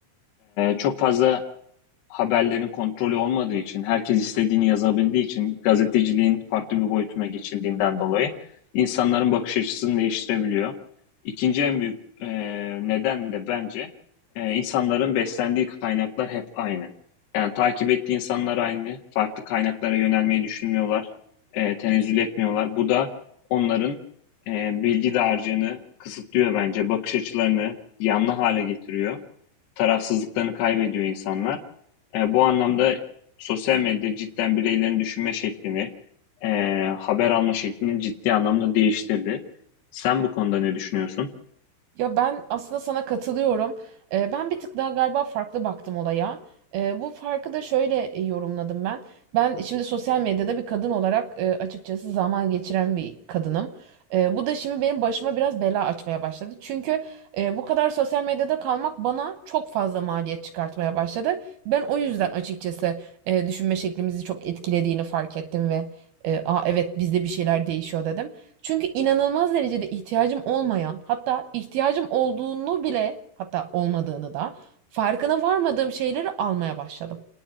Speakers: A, on the left; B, on the right.
A: çok fazla haberlerin kontrolü olmadığı için, herkes istediğini yazabildiği için, gazeteciliğin farklı bir boyutuna geçildiğinden dolayı insanların bakış açısını değiştirebiliyor. İkinci en büyük e, neden de bence e, insanların beslendiği kaynaklar hep aynı. Yani takip ettiği insanlar aynı, farklı kaynaklara yönelmeyi düşünmüyorlar, e, tenezzül etmiyorlar. Bu da onların e, bilgi dağarcığını kısıtlıyor bence, bakış açılarını yanlı hale getiriyor tarafsızlıklarını kaybediyor insanlar. E, bu anlamda sosyal medya cidden bireylerin düşünme şeklini, e, haber alma şeklini ciddi anlamda değiştirdi. Sen bu konuda ne düşünüyorsun?
B: Ya ben aslında sana katılıyorum. Ee, ben bir tık daha galiba farklı baktım olaya. Ee, bu farkı da şöyle e, yorumladım ben. Ben şimdi sosyal medyada bir kadın olarak e, açıkçası zaman geçiren bir kadınım. Ee, bu da şimdi benim başıma biraz bela açmaya başladı. Çünkü e, bu kadar sosyal medyada kalmak bana çok fazla maliyet çıkartmaya başladı. Ben o yüzden açıkçası e, düşünme şeklimizi çok etkilediğini fark ettim ve e, Aa, evet bizde bir şeyler değişiyor dedim. Çünkü inanılmaz derecede ihtiyacım olmayan, hatta ihtiyacım olduğunu bile, hatta olmadığını da farkına varmadığım şeyleri almaya başladım.